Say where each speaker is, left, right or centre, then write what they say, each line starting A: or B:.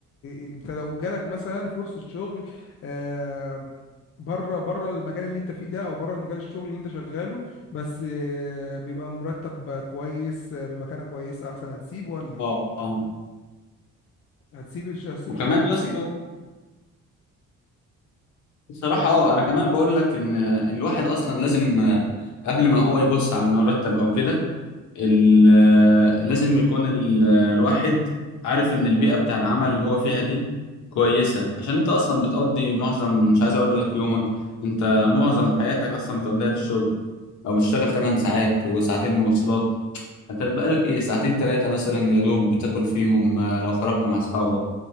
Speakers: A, on the left (about 45°); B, on the left (about 70°).
A: انت لو جالك مثلا فرصة شغل آه، بره بره المجال اللي انت فيه ده او بره المجال الشغل اللي انت شغاله بس آه، بيبقى مرتب كويس آه، بمكانة كويسة احسن هتسيب ولا
B: اه اه
A: هتسيب الش- هتسيب
B: وكمان
A: الشغل اللي انت
B: يا
A: فيه
B: اسطى بصراحة اه انا كمان بقول لك ان الواحد اصلا لازم آه، قبل ما هو يبص على المرتب او كده ال- آه، لازم يكون ال- آه، الواحد عارف ان البيئة بتاع العمل اللي هو فيها دي كويسة عشان انت اصلا بتقضي معظم مش عايز اقول لك يومك انت معظم حياتك اصلا بتقضيها في الشغل او بتشتغل 8 ساعات وساعتين مواصلات انت بقالك ايه ساعتين تلاتة مثلا يا دوب بتاكل فيهم آه، لو خرجت مع اصحابك